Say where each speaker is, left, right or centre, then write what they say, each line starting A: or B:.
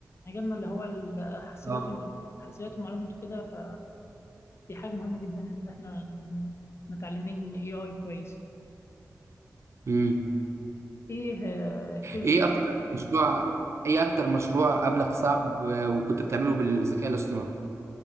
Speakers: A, on the left; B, on the right.
A: مجالنا اللي هو الحاسبات
B: اه
A: والمعلومات الحاسبات والمعلومات وكده ف دي حاجة مهمة جدا إن إحنا نكون متعلمين اي اي كويس
B: امم
A: إيه التولز
B: ايه
A: دي
B: اكتر مشروع ايه اكتر مشروع قبلك صعب آه، وكنت بتعمله بالذكاء الاصطناعي